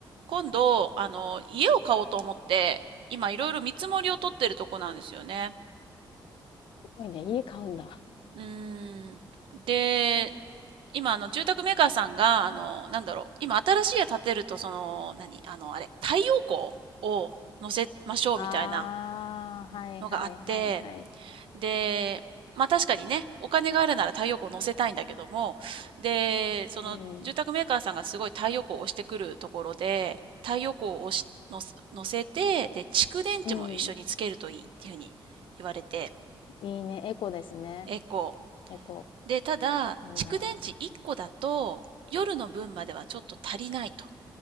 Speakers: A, on the right; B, on the left.
A: 今度、あの、家を買おうと思って、今いろいろ見積もりを取ってるとこなんですよね。
B: すごいね、家買うんだ。
A: うーん。で、今、あの、住宅メーカーさんが、あの、なんだろう、今新しい家建てると、その、何、あの、あれ、太陽光を乗せましょうみたいな
B: ああ、はいはいはいはい。
A: のがあって、で、まあ確かにね、お金があるなら太陽光を乗せたいんだけども、で、その住宅メーカーさんがすごい太陽光を押してくるところで、
B: うん。
A: 太陽光を押しのせ乗せて、で、蓄電池も一緒につけるといいっていうふうに言われて、
B: うん。いいね。エコですね。
A: えこ
B: エコ。
A: う。で、ただ、
B: いいな。
A: 蓄電池1個だと、夜の分まではちょっと足りないと。